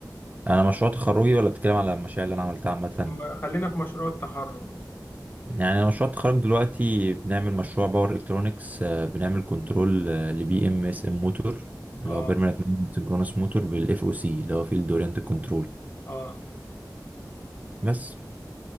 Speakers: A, on the right; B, on the left.
A: انا مشروع تخرجي ولا بتتكلم على المشاريع اللي انا عملتها عامة؟
B: م- خلينا في مشروع التخرج مثلا
A: يعني انا مشروع التخرج دلوقتي بنعمل مشروع باور الكترونكس بنعمل كنترول لبي ام اس ام موتور اللي
B: اه
A: هو بيرمننت سنكرونس موتور بالاف او سي اللي هو فيلد اورينت كنترول
B: اه
A: بس